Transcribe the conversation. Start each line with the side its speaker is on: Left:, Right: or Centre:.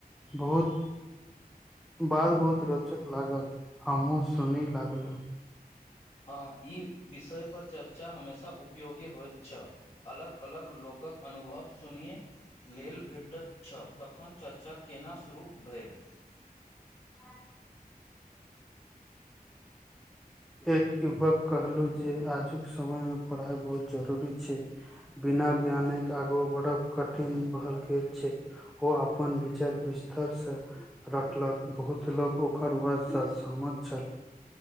Centre: बहुत बात बहुत रोचक लागल, हमहूँ सुनी लागलहुँ।
Left: हँ, ई विषय पर चर्चा हमेशा उप। योगी होइत छल, अलग अलग लोकक अनुभव सुनए लेल भेटैत छल, तखन चर्चा केना शुरू भेल
Centre: हॅं एक युवक कहलहु जे आजुक समय मे पढ़ाई बहुत जरूरी छै। बिना ज्ञानक आगाँ बढ़ब कठिन भऽ गेल छै। ओ अपन विचार विस्तारसँ रखलक बहुत लोक ओकर बातसँ सहमत छल।